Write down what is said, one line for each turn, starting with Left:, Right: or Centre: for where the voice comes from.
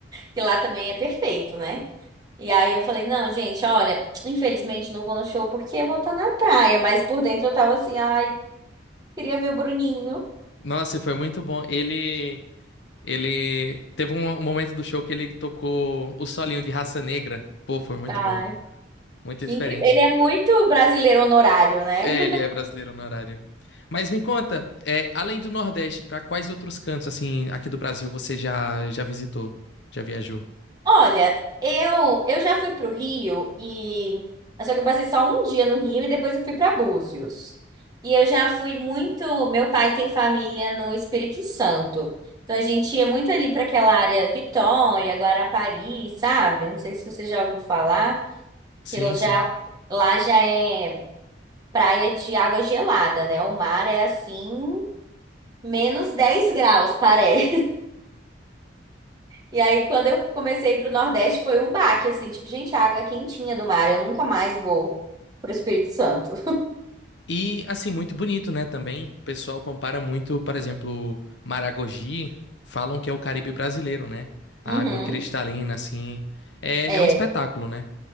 Right: que lá também é perfeito, né? E aí eu falei, não, gente, olha, infelizmente não vou no show porque eu vou estar na praia, mas por dentro eu tava assim, ai, queria ver o Bruninho.
Left: Nossa, e foi muito bom. Ele ele teve um, um momento do show que ele tocou o solinho de Raça Negra. Pô, foi muito
Right: Ai,
Left: bom, muito
Right: que
Left: diferente.
Right: incrível. Ele é muito brasileiro honorário, né?
Left: É, ele é brasileiro no horário. Mas me conta, é, além do Nordeste, para quais outros cantos assim aqui do Brasil você já já visitou? Já viajou?
Right: Olha, eu eu já fui pro Rio e só que eu passei só um dia no Rio e depois eu fui para Búzios. E eu já fui muito, meu pai tem família no Espírito Santo. Então a gente ia muito ali para aquela área Vitória, Guarapari, sabe? Não sei se você já ouviu falar
Left: Sim,
Right: que lá já
Left: sim.
Right: lá já é praia de água gelada, né? O mar é assim, menos 10 graus, <laughs> parece. E aí, quando eu comecei a ir pro Nordeste, foi um baque, assim, tipo, gente, a água é quentinha do mar, eu nunca mais vou pro Espírito Santo.
Left: E assim, muito bonito, né, também. O pessoal compara muito, por exemplo, Maragogi, falam que é o Caribe brasileiro, né? A
Right: Uhum,
Left: água cristalina assim. É,
Right: é,
Left: é um espetáculo, né?